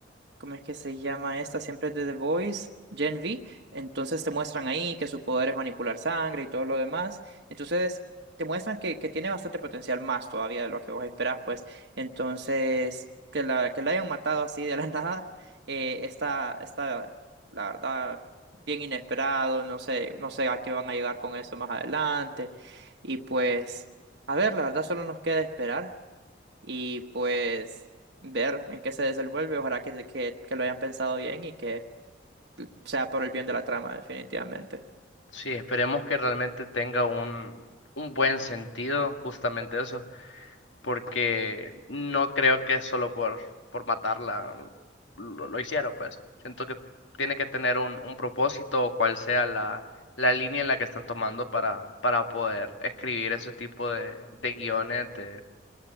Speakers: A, on the right; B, on the left.
A: ¿cómo es que se llama esta? Siempre es de The Voice, Gen V. Entonces te muestran ahí que su poder es manipular sangre y todo lo demás. Entonces te muestran que, que tiene bastante potencial más todavía de lo que vos esperás, pues. Entonces, que la, que la hayan matado así de la <laughs> nada, eh, está, está, la verdad, bien inesperado. No sé, no sé a qué van a llegar con eso más adelante. Y pues, a ver, la verdad solo nos queda esperar y pues ver en qué se desenvuelve. Ojalá que, que, que lo hayan pensado bien y que sea por el bien de la trama, definitivamente.
B: Sí, esperemos que realmente tenga un, un buen sentido, justamente eso, porque no creo que solo por, por matarla lo, lo hicieron, pues. Siento que tiene que tener un, un propósito o cual sea la, la línea en la que están tomando para, para poder escribir ese tipo de, de guiones, de,